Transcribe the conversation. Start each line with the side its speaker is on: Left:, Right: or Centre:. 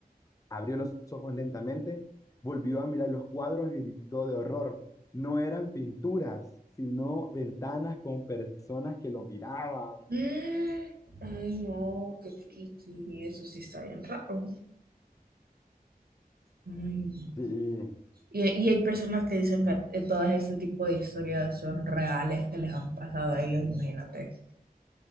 Left: Abrió los ojos lentamente, volvió a mirar los cuadros y gritó de horror. No eran pinturas, sino ventanas con personas que lo miraban.
Right: Mm, Ay, no, qué friki, eso sí está bien raro. Ay, no.
Left: Sí,
Right: Y, y hay personas que dicen que eh, todas este tipo de historias son reales que les han pasado a ellos, imagínate.